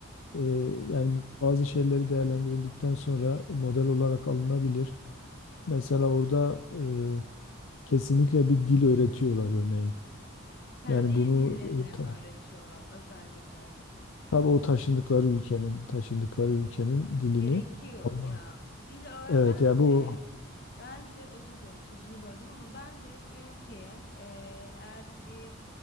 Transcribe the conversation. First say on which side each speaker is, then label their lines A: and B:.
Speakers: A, on the left (about 70°); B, on the left (about 50°).
A: e, yani bazı şeyleri değerlendirildikten sonra model olarak alınabilir. Mesela orada e, kesinlikle bir dil öğretiyorlar örneğin.
B: Kendi
A: Yani bunu
B: dillerini
A: e, ta-
B: mi öğretiyorlar özellikle?
A: tabii o taşındıkları ülkenin taşındıkları ülkenin dilini
B: Gerekiyor
A: Alman.
B: ya. Dil öğren
A: Evet
B: bence
A: ya bu
B: Bence özür dilerim sözünü böldüm ama bence bir ülkeye eee, eğer bir